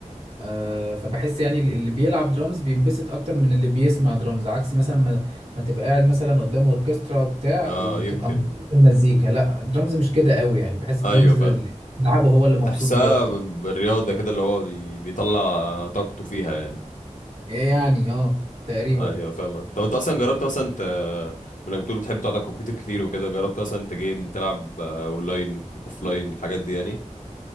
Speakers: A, on the right; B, on the left.
A: آه، فبحس يعني اللي بيلعب درامز بينبسط اكتر من اللي بيسمع درامز عكس مثلا ما, ما تبقى قاعد مثلا قدام اوركسترا بتاع
B: اه
A: وتبقى
B: يمكن
A: مبسوط بالمزيكا لا درامز مش كده قوي يعني بحس درامز
B: ايوه فاهم
A: اللي لعبه هو اللي مبسوط
B: تحسها
A: بيه اكتر
B: ب- بالرياضه كده اللي هو بي... بيطلع طاقته فيها يعني
A: يعني اه تقريبا
B: ايوه فاهم طب انت اصلا جربت مثلا انت من بتقول بتحب تقعد على الكمبيوتر كتير وكده جربت مثلا انت جيم تلعب آه، اونلاين اوفلاين الحاجات دي يعني